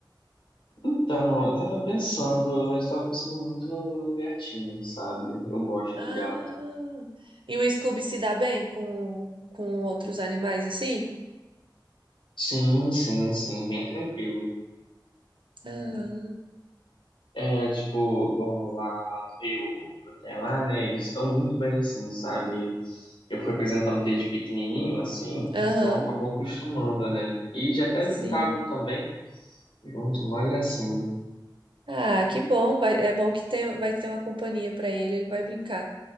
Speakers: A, on the left; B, on the right.
A: Então, eu tava pensando, mas eu tava pensando muito num, num gatinho, sabe? Eu gosto
B: Ah,
A: de gato.
B: e o Scooby se dá bem com, com outros animais assim?
A: Sim, sim, sim, bem tranquilo.
B: Ah,
A: É, tipo, o- lá, lá no Rio, que eu tenho lá, né, eles estão muito bem, assim, sabe? Eu fui apresentando desde pequenininho, assim,
B: Aham,
A: então acabou acostumando, né? E já até
B: sim.
A: brincavam também, junto, uma gracinha.
B: Ah, que bom. Vai- é bom que tem, vai ter uma companhia para ele, ele vai brincar